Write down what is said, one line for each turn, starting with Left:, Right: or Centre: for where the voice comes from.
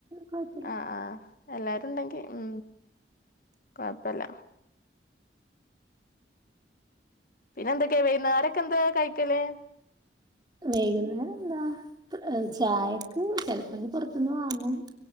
Right: കൊഴപ്പല്ല.
Left: ആഹ ആഹ് എല്ലാരും ഉണ്ടെങ്കി ഉ കൊഴപ്പല്ല പിന്നെ എന്തൊക്കെയാ വുന്ന ആരൊക്കെ എന്താ കഴിക്കലേ
Right: വൈകുന്നേം എന്താ ചായക്ക് ചിലപ്പോങ്കിൽ പുറത്തുന്ന് വാങ്ങും